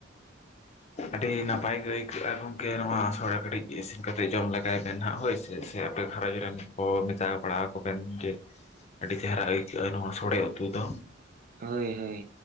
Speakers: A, on the right (about 40°); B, on the left (about 30°).
A: <inaudible>
B: ᱟᱹᱰᱤ ᱱᱟᱯᱟᱭ ᱜᱮ ᱟᱹᱭᱠᱟᱹᱜᱼᱟ ᱜᱚᱝᱠᱮ, ᱱᱚᱣᱟ ᱥᱳᱲᱮ ᱠᱟᱹᱷᱴᱤᱡ ᱤᱥᱤᱱ ᱠᱟᱛᱮᱫ ᱡᱚᱢ ᱞᱮᱜᱟᱭ ᱵᱮᱱ ᱱᱟᱦᱟᱜ ᱦᱳᱭ ᱥᱮ᱾ ᱥᱮ ᱟᱯᱮ ᱜᱷᱟᱨᱚᱸᱡᱽ ᱨᱮᱱ ᱠᱚ ᱢᱮᱛᱟ ᱵᱟᱲᱟ ᱠᱚ ᱵᱮᱱ ᱡᱮᱼᱼ ᱟᱹᱰᱤ ᱪᱮᱦᱨᱟ ᱟᱹᱭᱠᱟᱹᱜᱼᱟ ᱱᱚᱣᱟ ᱥᱚᱲᱮ ᱩᱛᱩ ᱫᱚ᱾
A: ᱦᱳᱭ ᱦᱳᱭ